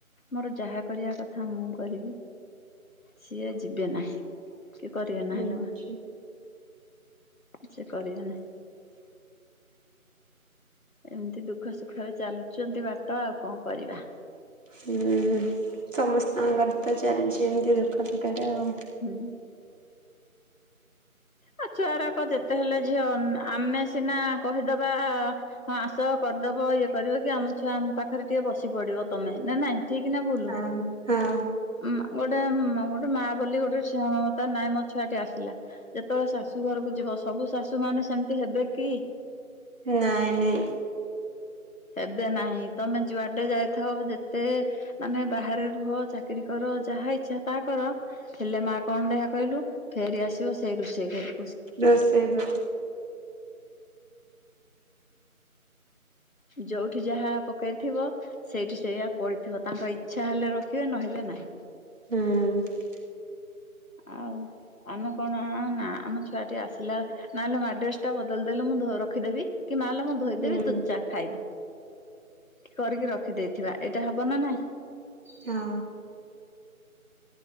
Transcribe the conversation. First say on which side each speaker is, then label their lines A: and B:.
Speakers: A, on the left; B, on the right.
A: ମୋର ଯାହା କରିବା କଥା ମୁଁ କରିବି। ସିଏ ଯିବେ ନାହିଁ କି କରିବେ ନାହିଁ
B: ଆଚ୍ଛା।
A: ଲୋ ମା। ଛେ କରିିବେ ନା ଏମିତି ଦୁଃଖ ସୁଖରେ ଚାଲଚନ୍ତି ବାଟ ଆଉ କଁ କରିବା?
B: ହୁଁ ସମସ୍ତଙ୍କର ତ ଚାଲିଚି ଏମତି ଦୁଃଖ ସୁଖରେ ଆଉ।
A: ହୁଁ। ଆ ଛୁଆରାକ ଯେତେ ହେଲେ ଝିଅ ଆମ ଆମେ ସିନା କହିଦେବା ହଁ ଆସ କରିଦବ ଇଏ କରିବ କି ଆମ ଛୁଆ ଆମ ପାଖରେ ଟିକେ ବସି ପଡିବ ତମେ ନା ନାଇଁ? ଠିକ୍ ନା ବୁଲୁ?
B: ହଁ ହଁ
A: ଉଁଆଁ ଗୋଟା ମ ଗୋଟେ ମାଆ ବୋଲି ଗୋଟେ ସେହ ମମତା ନାଇ ମୋ ଛୁଆଟି ଆସିଲା ଯେ ତ ବେଳେ ଶାଶୁ ଘରକୁ ଯିବ ସ ସବୁ ଶାଶୁ ମାନେ ସେମତି ହେବେ କି?
B: ନାଇଁ ନାଇଁ।
A: ହେବେ ନାହିଁ। ତମେ ଯୁଆଡେ ଯାଇଥାଅ ଯେତେ ମାନେ ବାହାରେ ରୁହ ଚା କିରି କର ଯାହା ଇଚ୍ଛା ତାହା କର ହେଲେ ମା କଣ ଦେହା କହିଲୁ ଫେରି ଆସିବ ସେଇ ରୋଷେଇ ଘରୁ।
B: ରୋଷେଇ ଘରେ।
A: ଯୋଉଠି ଯାହା ପକେଇଥିବ ସେଇଠି ସେଇଆ ପଡିଥିବ ତାଙ୍କ ଇଚ୍ଛା ହେଲେ ରଖିବେ ନହେଲେ ନାହିଁ।
B: ହୁଁ।
A: ଆଉ ଆମେ କଣ ଆ ହଁ ନା ଆମ ଛୁଆଟି ଆସିଲା ନାଇଲୋ ମା ଡ଼୍ରେସ ଟା ବଦଳି ଦେଲେ ମୁଁ ଧୋ ର ରଖିଦେବି। କି ମାଲୋ ମୁଁ ଧୋଇଦେବି
B: ହୁଁ
A: ତୁ ଚା ଖାଇବୁ କି କରିକି ରଖିଦେଇଥିବା ଏଇଟା ହବ ନା ନାଇଁ?
B: ହଁ।